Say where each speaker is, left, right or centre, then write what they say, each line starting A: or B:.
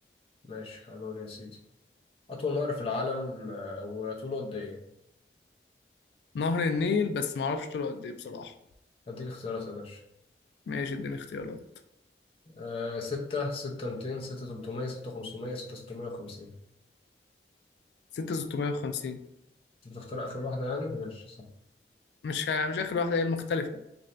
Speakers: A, on the left (about 30°); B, on the left (about 75°).
A: ماشي هدور يا سيدي أطول نهر في العالم آه، وطوله قد إيه؟
B: نهر النيل بس ما اعرفش طوله قد ايه بصراحه
A: هديك اختيارات يا باشا
B: ماشي اديني اختيارات
A: آه ستة ستة ميتين ستة تلتمية ستة خمسمية ستة ستمية وخمسين
B: 6650
A: أنت بتختار آخر واحدة يعني ماشي صح
B: مش ه- مش اخر واحده هي المختلفه